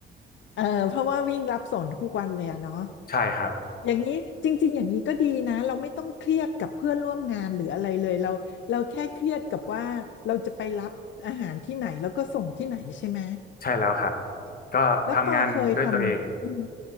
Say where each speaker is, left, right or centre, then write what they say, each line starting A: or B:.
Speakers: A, on the left; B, on the left.
A: เออเพราะว่าวิ่งรับส่งทุกวันเลยอะเนาะ
B: ใช่ครับ
A: อย่างนี้จริงๆอย่างนี้ก็ดีนะเราไม่ต้องเครียดกับเพื่อนร่วมงานหรืออะไรเลยเราเราแค่เครียดกับว่าเราจะไปรับอาหารที่ไหนแล้วก็ส่งที่ไหนใช่ไหม
B: ใช่แล้วครับก็ทำงานด้วยตัวเอง
A: แล้วปอเคยทำอืม